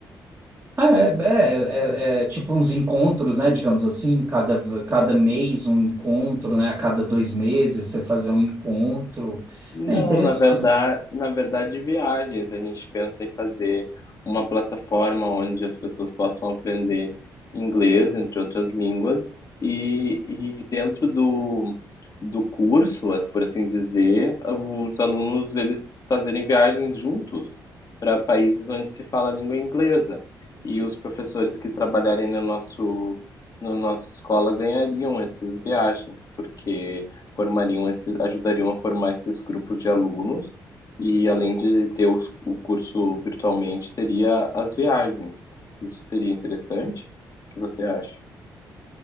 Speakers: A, on the right (about 25°); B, on the left (about 45°).
A: Ah, É, é, é, é tipo uns encontros, né? Digamos assim, cada, cada mês um encontro, né? A cada dois meses você fazer um encontro.
B: Não,
A: É interessante.
B: na verdade, na verdade, viagens. A gente pensa em fazer uma plataforma onde as pessoas possam aprender inglês, entre outras línguas, e, e dentro do, do curso, eh, por assim dizer, os alunos eles fazerem viagens juntos para países onde se fala a língua inglesa. E os professores que trabalharem no nosso, na nossa escola ganhariam essas viagens, porque formariam esses, ajudariam a formar esses grupos de alunos e além de ter os, o curso virtualmente, teria as viagens. Isso seria interessante? O que você acha?